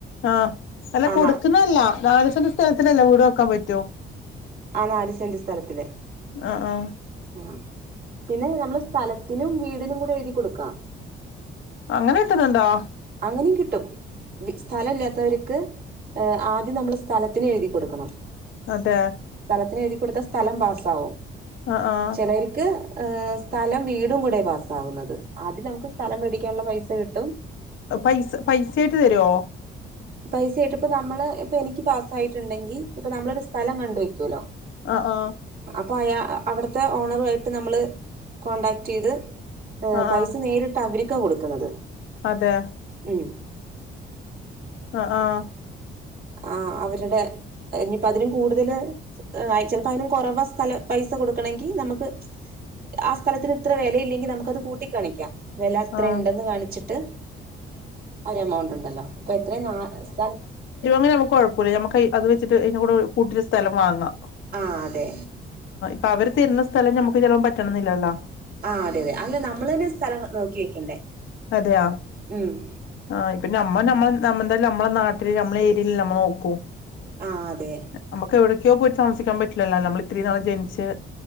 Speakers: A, on the left; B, on the right.
A: ആഹ് അല്ല
B: ആ
A: കൊടുക്കുന്നതല്ല
B: ന
A: നാല്സന്റെ സ്ഥലത്തിനല്ല വീട് വെക്കാൻ പറ്റോ?
B: ആ നാല് സെന്റ സ്ഥലത്തില്
A: ആഹ് ആഹ്
B: ആഹ്, പിന്നെ, നമ്മൾ, സ്ഥലത്തിനും, വീടിനും, കൂടെ, എഴുതി, കൊടുക്കണം.
A: അങ്ങനെ കിട്ടുന്നുണ്ടോ?
B: അങ്ങനെയും കിട്ടും സ്ഥലം ഇല്ലാത്തവർക്ക് ആദ്യം നമ്മള് സ്ഥലത്തിന് എഴുതി കൊടുക്കണം
A: അതെ
B: ത്തിന് എഴുതി കൊടുത്ത സ്ഥലം പാസാവും
A: ആഹ് ആഹ്
B: ചിലർക്ക് സ്ഥലം വീടും കൂടെ പാസ്സവുന്നത് ആദ്യം നമുക്ക് സ്ഥലം മേടിക്കാനുള്ള പൈസ കിട്ടും
A: പൈസ പൈസായിട്ട് തരുവോ?
B: പൈസ ഇട്ടിപ്പ നമ്മള് ഇപ്പ എനിക്ക് പാസ്സ യിട്ടുണ്ടെങ്കി ഇപ്പ നമ്മളൊ ഒരു സ്ഥലം കണ്ടുവെക്കുവല്ലോ
A: ആ ആഹ്
B: അപ്പോൾ അയാ അവിടുത്തെ ഓണറുമായിട്ട് നമ്മള് കോടാക്ട് ചെയ്ത് ഏ,
A: ആഹ്
B: പൈസ,
A: ആഹ്
B: നേരിട്ട്, അവരിക്കാ, കൊടുക്കുന്നത്.
A: അതെ
B: ഉം
A: അ, ആഹ്.
B: ആഹ് അവരുടെ ഇനിപ്പ അതിനും കൂടുതൽ ചിലപ്പോ അതിനും കുറവ സ്ഥല പൈസ കൊടുക്കണെങ്കി നമുക്ക് ആഹ് സ്ഥലത്തിന് ഇത്ര വിലയില്ലെങ്കി നമുക്കത് കൂട്ടിക്കാണിക്കാം വില അത്രണ്ടെന്ന്
A: ആഹ്
B: കാണിച്ചിട്ട് ആഹ് ഒരു എമൗണ്ട് ഉണ്ടല്ലോ അപ്പൊ എത്രയും നാ സ്ഥ
A: അനമക്ക് കുഴപ്പില്ല ഞമ്മക്ക് അത് വെച്ചിട്ട് അതിന്റെ കൂടെ കൂട്ടി സ്ഥലം വാങ്ങാം
B: ആഹ് അതെ
A: അപ്പൊ അവര് തരുന്ന സ്ഥലം നമുക്ക് ചില പറ്റണന്നില്ലല്ലോ
B: ആഹ് അതെ അതെ അല്ല നമ്മള് തന്നെ സ്ഥലം നോക്കി വെക്കണ്ടേ
A: അതെയ
B: ഉം
A: ആഹ പിന്നെ അമ്മമ്മ നമ്മെന്തായ നമ്മെ നാട്ടില് നമ്മെ ഏരിയയില്ൽ നമ്മൾ നോക്കും
B: ആ അതെ
A: നമുക്ക് എവിടെടക്കെയോ പോയിട്ട് താമസിക്കാൻ പറ്റില്ലല്ലോ നമ്മൾ ഇത്രരിയും നാളം ജനിച്ചച്ച്